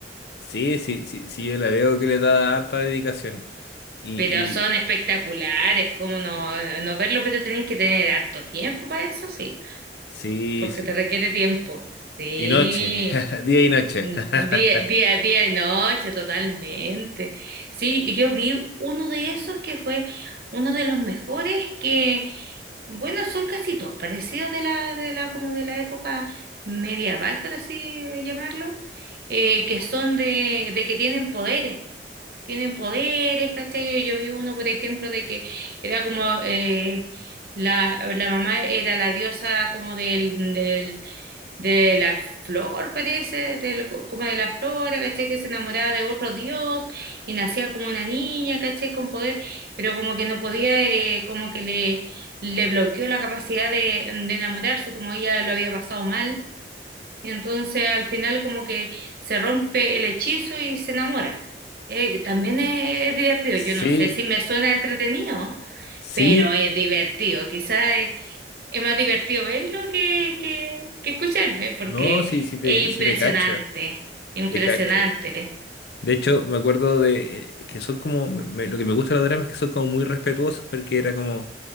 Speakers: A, on the left; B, on the right.
A: sí, sí, sí, sí, yo la veo que le da harta dedicación. Y,
B: Pero son
A: y
B: espectaculares, como no, no verlo, pero tenéis que tener harto tiempo para eso, sí,
A: sí,
B: porque
A: sí.
B: te requiere tiempo. Sí.
A: Y noche, <laughs> día y noche.
B: Día,
A: <laughs>
B: día, día y noche, totalmente. Sí, y yo vi uno de esos que fue uno de los mejores que, bueno, son casi todos parecidos de la, de la, como de la época medieval, por así llamarlo, eh, que son de, de que tienen poderes, tienen poderes, ¿cachai? Yo vi uno, por ejemplo, de que era como eh, la, la mamá era la diosa como del, del de la flor, parece, del- como de la flora, caché que se enamoraba de otro dios y nacía como una niña, caché con poder, pero como que no podía, eh, como que le, le bloqueó la capacidad de, de enamorarse, como ella lo había pasado mal, y entonces al final como que se rompe el hechizo y se enamora. Eh, también es, es divertido,
A: Sí,
B: yo no sé si me suena entretenido,
A: sí,
B: pero es divertido, quizás eh, es más divertido verlo que, que, que escucharme, porque
A: no, sí, sí te,
B: es
A: sí
B: impresionante,
A: te cacho,
B: impresionante.
A: te cacho. De hecho, me acuerdo de eh, que son como, me- me- lo que me gusta de los dramas es que son como muy respetuosos porque era como